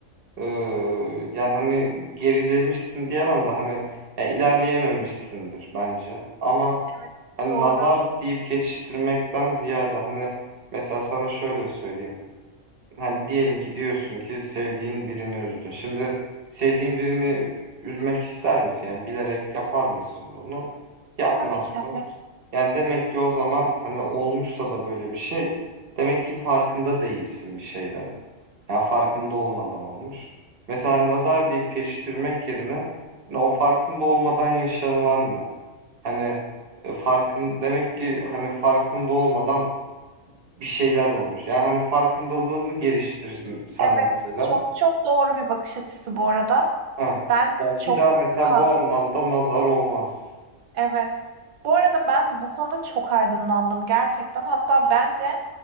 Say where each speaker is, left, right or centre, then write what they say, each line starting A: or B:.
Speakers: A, on the right; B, on the right.
A: eee, yani, hani, gerilemişsin diyemem de, hani, ya, ilerleyememişsindir bence. Ama,
B: Evet
A: hani,
B: doğru.
A: nazar deyip geçiştirmekten ziyade, hani, mesela sana şöyle söyleyeyim. Hani, diyelim ki diyorsun ki sevdiğin birini üzdün. Şimdi sevdiğin birini üzmek ister misin? Yani bilerek yapar mısın bunu? Yapmazsın.
B: Tabii ki hayır.
A: Yani, demek ki o zaman, hani, olmuşsa da böyle bir şey, demek ki farkında değilsin bir şeylerin. Yani farkında olmadan olmuş. Mesela nazar deyip geçiştirmek yerine, hani, o farkında olmadan yaşanılan ne? Hani, eee, farkın demek ki, hani, farkında olmadan bir şeyler olmuş. Yani, hani, farkındalığını geliştirsen
B: Evet
A: mesela
B: çok çok doğru bir bakış açısı bu arada.
A: Ha.
B: Ben
A: Yani,
B: çok
A: bir daha mesela
B: ka-
A: bu anlamda nazar olmaz.
B: Evet. Bu arada ben bu konuda çok aydınlandım gerçekten. Hatta bence